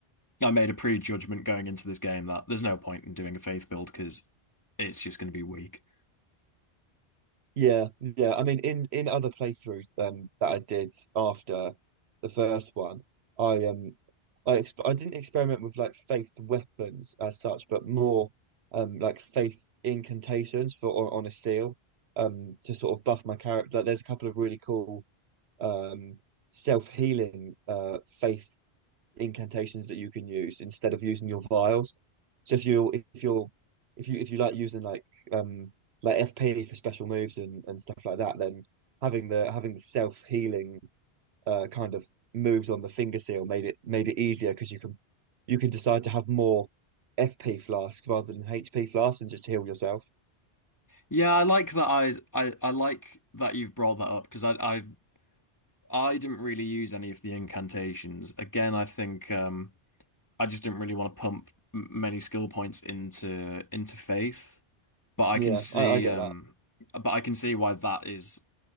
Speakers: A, on the left; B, on the right.
A: I made a prejudgment going into this game that there's no point in doing a faith build because it's just going to be weak.
B: Yeah, yeah. I mean, in in other playthroughs um that I did after the first one, I um I ex I didn't experiment with like faith weapons as such, but more um like faith incantations for on, on a seal um to sort of buff my character. Like, there's a couple of really cool um self-healing uh faith incantations that you can use instead of using your vials. So if you if you're if you if you like using like um like FP for special moves and, and stuff like that, then having the having the self healing uh kind of moves on the finger seal made it made it easier because you can you can decide to have more FP flasks rather than HP flasks and just heal yourself.
A: Yeah, I like that. I I, I like that you've brought that up because I I I didn't really use any of the incantations. Again, I think um, I just didn't really want to pump m- many skill points into into faith. But I
B: Yeah,
A: can see,
B: I, I get
A: um,
B: that.
A: but I can see why that is